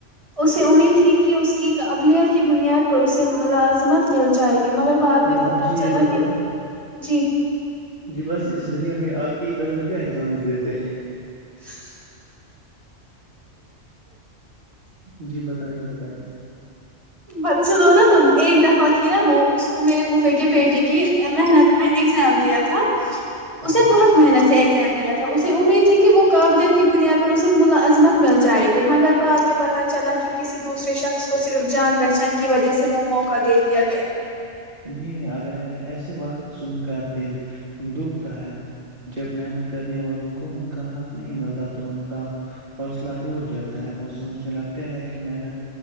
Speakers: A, on the right (about 25°); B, on the right (about 45°).
A: اسے امید تھی کہ اس کی قابلیت کی بنیاد پر اسے ملازمت مل جائے گی مگر بعد میں
B: جی
A: پت
B: آپ مجھے یہ
A: چلا
B: بتاؤ
A: کہ جی
B: جی بس اس دنیا میں آپ کی کزن کیا ایگزامس دیتے ہیں
A: <unintelligible>
B: جی بتائیے بتائیے
A: بچسوں دو نا تم ایک دفعہ تھی نا وہ اس کو میرے پوفھے کی بیٹی کی محنت میں ایگزام دیا تھا
B: ہاں
A: اسے بہت محنت سے ایک دیا تھا اسے امید تھی کہ وہ قابلیت کی بنیاد پر اسے ملازمت مل جائے گی مگر بعد میں پہ چلا کہ کسی دوسرے شخص کو صرف جان پہچان کی وجہ سے وہ موقع دے دیا گیا
B: جی اگر ایسے وقت سن کر دل دکھتا ہے جب محنت کرنے والوں کو ان کا حق نہیں ملتا تو ان کا حوصلہ ٹوٹ جاتا ہے وہ سوچنے لگتے ہے کہ محنت